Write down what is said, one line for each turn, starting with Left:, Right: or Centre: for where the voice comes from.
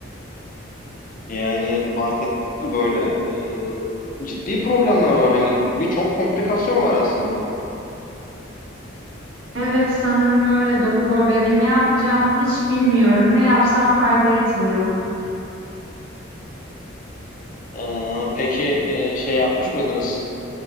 Left: yani bahsettiğim böyle e, ciddi problemler var. Hani birçok komplikasyon var aslında.
Right: Evet sanırım öyle doktor bey ve ne yapacağımı hiç bilmiyorum. Ne yapsam fayda etmiyor.
Left: E, peki e, şey yapmış mıydınız?